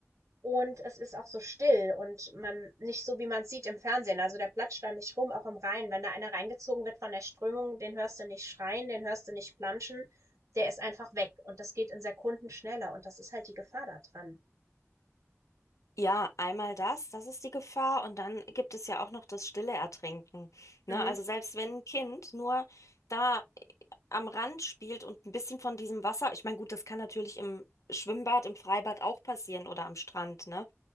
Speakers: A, on the right (about 80°); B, on the left (about 85°).
A: Und es ist auch so still und man nicht so, wie man es sieht im Fernsehen. Also der platscht da nicht rum, auch im Rhein. Wenn da einer reingezogen wird von der Strömung, den hörst du nicht schreien, den hörst du nicht planschen. Der ist einfach weg und das geht in Sekunden schneller und das ist halt die Gefahr da dran.
B: Ja, einmal das, das ist die Gefahr. Und dann gibt es ja auch noch das stille Ertrinken. Ne?
A: Mhm.
B: Also selbst wenn ein Kind nur da äh, am Rand spielt und ein bisschen von diesem Wasser, ich meine, gut, das kann natürlich im Schwimmbad, im Freibad auch passieren oder am Strand, ne?